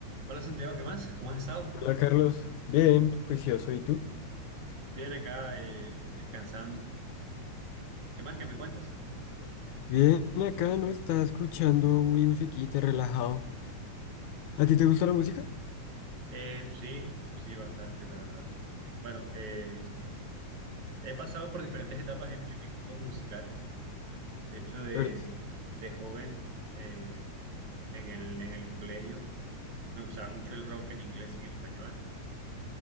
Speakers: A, on the right; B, on the left.
A: Hola Santiago, ¿qué más? ¿Cómo has estado?
B: Hola Carlos, bien, juicioso, ¿y tú?
A: Bien acá, eh, descansando. ¿Qué más que me cuentas?
B: Bien, acá no estaba escuchando mi musiquita, relajado. ¿A ti te gusta la música?
A: Eh, sí, sí, bastante, la verdad. Bueno, eh, he pasado por diferentes etapas en, en mis gustos musicales. De hecho, de,
B: Ahorita-
A: de joven, eh, en el, en el colegio, me gustaba mucho el rock en inglés y en español.